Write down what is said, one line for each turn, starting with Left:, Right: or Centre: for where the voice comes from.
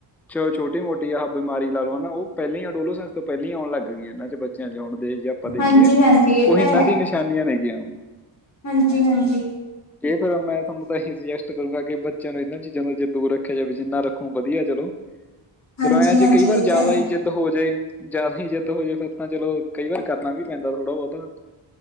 Centre: ਚ ਛੋਟੀ ਮੋਟੀ ਆਹ ਬਿਮਾਰੀ ਲਾ ਲਓ ਹਨ ਨਾ ਉਹ ਪਹਿਲ ਆ ਡੋਲੋਸੈਂਸ ਤੋਂ ਪਹਿਲਾਂ ਆਉਣ ਲੱਗ ਗਈ ਇਹਨਾਂ ਬੱਚਿਆਂ ਚਉਣ ਦੇ ਜਾਂ। ਆਪਾਂ ਦੇਖੀਏ
Left: ਹਾਂਜੀ ਹਾਂਜੀ ਇਹ
Centre: ਉਹਨਾਂ
Left: ਤਾਂ ਹੈ
Centre: ਦੀ ਨਿਸ਼ਾਨੀਆਂ ਨੇਗ ਆਮ।
Left: ਹਾਂਜੀ ਹਾਂਜੀ।
Centre: ਕਿ ਫਿਰ ਮੈਂ ਤੁਹਾਨੂੰ ਤਾਂ ਇਹੀ ਸੁਜੈਸਟ ਕਰੂੰਗਾ ਕਿ ਬੱਚਿਆਂ ਨੂੰ ਇਹਨਾਂ ਚੀਜ਼ਾਂ ਦਾ ਜੇ ਦੂਰ ਰੱਖਿਆ ਜਾਵੇ ਜਿੰਨਾ ਰੱਖੋ ਵਧੀਆ ਚਲੋ
Left: ਹਾਂਜੀ
Centre: ਚਲੋ ਐਂ
Left: ਹਾਂਜੀ
Centre: ਜੇ ਕਈ ਵਾਰ
Left: ਇਹ
Centre: ਜ਼ਿਆਦਾ
Left: ਤਾਂ ਹੈ
Centre: ਜ ਜਦ ਹੋ ਜਾੇ ਜਿਆਦ ਹੀ ਜਿੱਦ ਹੋ ਜਾੇ ਫਿਰ ਤਾਂ ਚਲੋ ਕਈ ਵਾਰ ਕਰਨਾ ਵੀ ਪੈਂਦਾ ਥੋੜਾ ਬਹੁਤਾ।